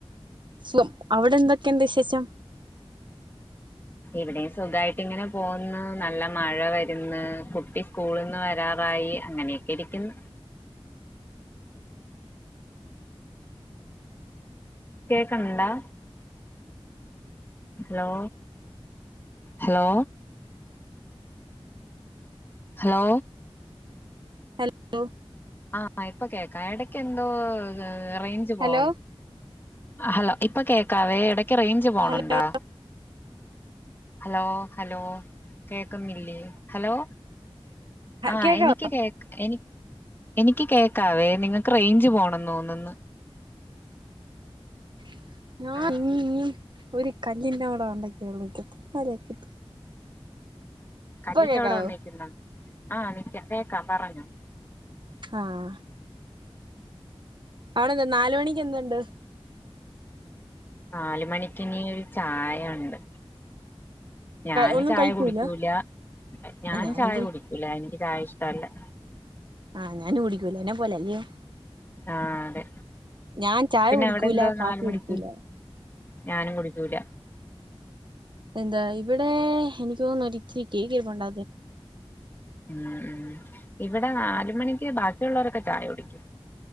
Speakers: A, on the right (about 50°); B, on the left (about 20°).
A: സുഖം. അവിടെ എന്തൊക്കെണ്ട് വിശേഷം?
B: ഇവിടെയും സുഖയിട്ട് ഇങ്ങനെ പോന്ന്. നല്ല മഴ വര്ന്ന്, കുട്ടി സ്കൂളിന്ന് വരാറായി. അങ്ങനെയൊക്കെ ഇരിക്ക്ന്ന് കേക്ണ് ണ്ടോ? Hello? Hello? Hello?
A: Hello
B: ആഹ് മയാ പ്പൊ കേക്കാം. ഇടക്ക് എന്തോ റേയ്ഞ്ച് പോവുന്ന്.
A: ഹലോ
B: ഹലോ? ഇപ്പൊ കേക്കാവേ ഇടക്ക് റേഞ്ച് പോണ്
A: ഹലോ
B: ണ്ടോ? ഹലോ? ഹലോ? കേക്കുന്നില്ലേ? ഹലോ? ആഹ്
A: കേക്കാവോ
B: എനിക്ക് കേക്ക് എനി എനിക്ക് കേൾക്കാവേ ഏതെങ്കിലും കാര്യമാണ് റേഞ്ച് പോണന്ന് തോന്നന്ന്
A: <unintelligible>
B: ആഹ്
A: ഒരു കല്ലിന്റെ അവിടെ വണ്ട കേൾക്കാല കിട്ട്
B: കല്ലിന്റെ
A: കേക്കാവോ
B: അവിടെ വന്നിക്കുന്ന ആഹ നിക്ക കേക്കാം പറഞ്ഞോ
A: ആഹ അവടെന്താ നാല മണിക്ക് എന്തുണ്ട്
B: നാല് മണിക്കിനി ഒരു ചായ ഉണ്ട് ഞാന്
A: ഒന്നും
B: ചായ
A: കഴിക്കൂല
B: കുടിക്കൂല ഞാൻ
A: ആഹ് ഞാനും
B: ചായ കുടിക്കൂല എനിക്ക് ചായ ഇഷ്ട തല്ലെ
A: ആഹ് ഞാൻ കുടിക്കൂല ന്നെ പോലല്ലെ
B: ആഹ അതെ
A: ഞാൻ ചായ
B: പിന്നെ
A: കുടിക്കൂല
B: അവിടെ എന്തോ
A: കാപ്പി
B: നാല് മണിക്ക്
A: കുടിക്കൂല
B: ഞാനും കുടിക്കൂല
A: എന്താ ഇവിടെ എനിക്ക് തോന്നുന്നു ഒത്തിരി കേക്കിരുപ്പണ്ട്
B: ഉം ഉ ഇവിടെ നാല് മണിക്ക് ബാക്കിയുള്ളവരൊക്കെ ചായ കുടിക്കും